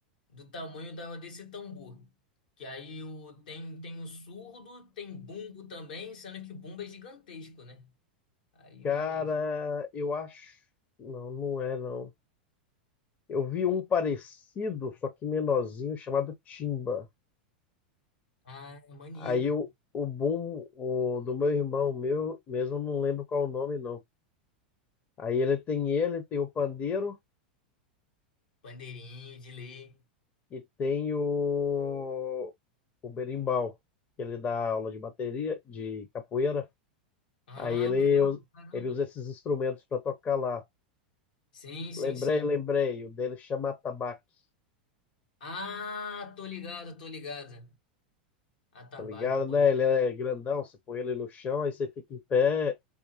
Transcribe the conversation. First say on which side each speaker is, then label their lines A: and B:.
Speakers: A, on the left; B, on the left.
A: do tamanho da desse tambor. Que aí o tem tem o surdo, tem bumbo também, sendo que bumbo é gigantesco, né? Aí,
B: Cara,
A: mas
B: eu acho. Não, não é, não. Eu vi um
A: aí,
B: parecido, só que menorzinho, chamado timba.
A: ah, é maneiro.
B: Aí eu, o bom o, do meu irmão, meu mesmo, eu não lembro qual o nome, não. Aí ele tem ele, tem o pandeiro
A: Bandeirinho de lei.
B: e tem o, o berimbau, que ele dá aula de bateria, de capoeira.
A: Ah,
B: Aí ele,
A: brabo,
B: us-
A: caramba.
B: ele usa esses instrumentos para tocar lá.
A: Sim, sim,
B: Lembrei,
A: sim.
B: lembrei, o dele chama atabaque,
A: Ah, tô ligado, tô ligado. Atabaque,
B: tá ligado,
A: pode
B: né? Ele
A: crer.
B: é grandão, você põe ele no chão, aí você fica em pé,